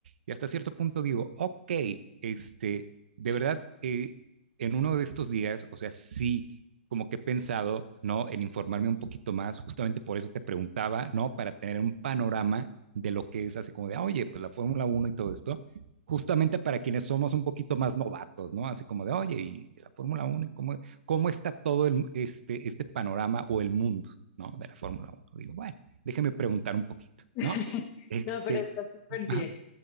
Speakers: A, on the right; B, on the left.
A: y hasta cierto punto digo, ok, este, de verdad, eh, en uno de estos días, o sea, sí, como que he pensado, ¿no? En informarme un poquito más, justamente por eso te preguntaba, ¿no? Para tener un panorama de lo que es así como de, ah, oye, pues la Fórmula Uno y todo esto justamente para quienes somos un poquito más novatos, ¿no? Así como de, oye, ¿y de la Fórmula Uno, ¿Cómo, cómo está todo el, este, este panorama o el mundo, ¿no? De la Fórmula Uno. Digo, bueno, déjeme preguntar un poquito,
B: <laughs>
A: ¿no? Este,
B: No, pero está súper bien.
A: ajá,